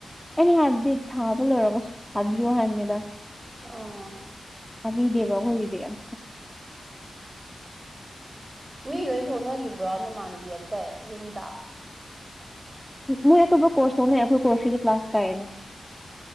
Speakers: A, in the centre; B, on the right.
A: ꯑꯩꯅ ꯍꯥꯏꯕꯗꯤ ꯊꯥꯕ ꯂꯣꯏꯔꯒꯁꯨ ꯊꯕꯤꯑꯣ ꯍꯥꯏꯕꯅꯤꯗꯥ
B: ꯑꯥ
A: ꯊꯥꯕꯤꯗꯦꯕ ꯑꯩꯈꯣꯏꯒꯤꯗꯤ ꯑꯝꯇ
B: ꯃꯤ ꯂꯣꯏ ꯊꯣꯛꯅꯒꯤꯕ꯭ꯔꯣ ꯅꯃꯥꯟꯅꯕꯤ ꯑꯇꯩ ꯌꯨꯝꯗ
A: ꯃꯣꯏ ꯑꯇꯣꯞꯄ ꯀꯣꯔꯁ ꯊꯣꯛꯅꯩ ꯑꯩꯈꯣꯏ ꯀꯣꯔꯁ ꯀꯤꯗꯤ ꯀ꯭ꯂꯥꯁ ꯀꯥꯏꯌꯦꯅ